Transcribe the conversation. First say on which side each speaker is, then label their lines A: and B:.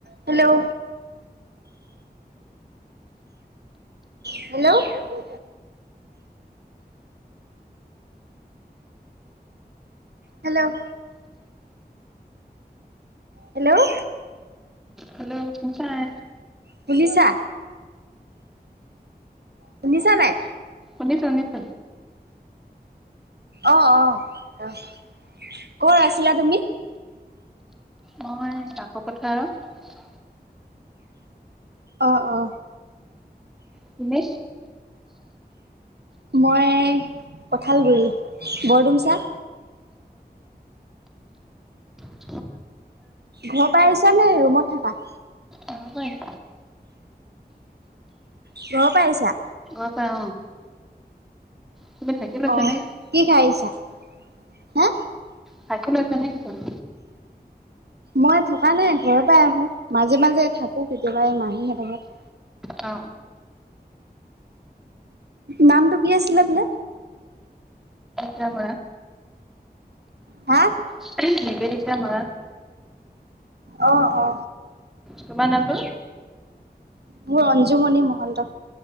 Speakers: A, on the right; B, in the centre.
A: Hello hello উ hello hello
B: hello কোন চানে
A: শুনিছা শুনিছা নাই
B: উননিছ উন্নিছ
A: অ অ আহ কত আছিলা তুমি
B: মই কাকো কথা আৰু
A: অ অ
B: অনে
A: মই কঁঠালগুৰি বৰদুমচা
B: উম
A: ঘৰ পৰা আহিছা নে ৰুমত থকা
B: অ পৈছ
A: ঘৰ পাৰিছা
B: অ পৰা তুমি থাকি লৈছা
A: অ
B: নে
A: কি খাই আহিছা হা
B: থাকে লৈছে নেকি তমি
A: মই থকা নাই ঘৰৰ পৰাই আহো মাজে মাজে থাকো কেতিয়াবা এই মাহীহঁতত
B: অ
A: নামটো কি আছিলে বোলে
B: ম
A: হা
B: সেইবেেততি ম
A: আহ অ
B: কমান নটো
A: মোৰ অঞ্জুমণি মহন্ত